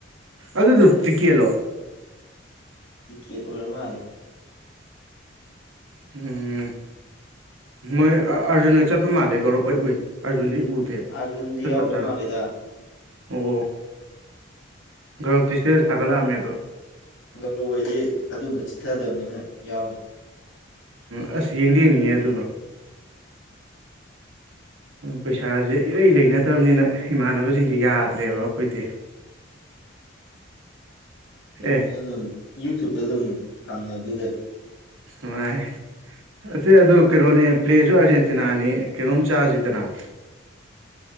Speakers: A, on the right; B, on the left.
A: ꯑꯗꯨꯗꯣ ꯇꯤꯛꯀꯦꯠꯂꯣ
B: ꯇꯤꯛꯀꯦꯠ ꯑꯣꯏꯔ ꯃꯥꯜꯂꯦ
A: ꯎꯝ ꯃꯣꯏ ꯑꯔꯖꯨꯟ ꯍꯣꯏ ꯆꯠꯄ ꯃꯥꯜꯂꯦꯧꯣꯄ ꯑꯩ ꯎꯏꯦ ꯑꯔꯖꯟꯗꯤ ꯎꯦ
B: ꯑꯥꯔꯖꯨꯟꯗꯤ
A: ꯆꯠꯇ꯭ꯔ
B: ꯌꯥꯎꯗ
A: ꯆꯔ
B: ꯃꯥꯜꯂꯦꯗ
A: ꯑꯣ ꯒ꯭ꯔꯞꯇꯤꯁꯇꯗ ꯊꯒꯠꯛꯑꯝꯃꯦꯕ
B: ꯒꯧꯔꯣꯏꯗꯤ ꯑꯗꯨꯝꯕ ꯆꯤꯊꯗꯕꯅꯤꯅ ꯌꯥꯎꯏ
A: ꯍꯁꯤꯗꯤꯅꯤꯌꯦ ꯇꯨꯗ ꯄꯩꯁꯥꯁꯦ ꯏꯔꯩ ꯂꯩꯅꯗꯕꯅꯤꯅ ꯏꯃꯥꯟꯅꯕꯁꯤꯡꯁꯦ ꯌꯥꯗ꯭ꯔꯦꯕ ꯑꯩꯈꯣꯏꯗꯤ <inaudible>
B: ꯀꯩꯅꯣꯗ
A: ꯑꯦ
B: ꯑꯗꯨꯝ ꯌꯨꯇꯕꯇ ꯑꯗꯨꯝ ꯐꯪꯉ ꯑꯗꯨꯗ
A: ꯍꯥꯏ ꯑ ꯑꯗꯨ ꯀꯩꯅꯣꯅꯦ ꯄ꯭ꯂꯦꯁꯨ ꯑꯥꯔꯖꯦꯟꯇꯤꯅꯥꯅꯤ ꯀꯩꯅꯣꯝ ꯆꯥꯁꯤꯗꯅ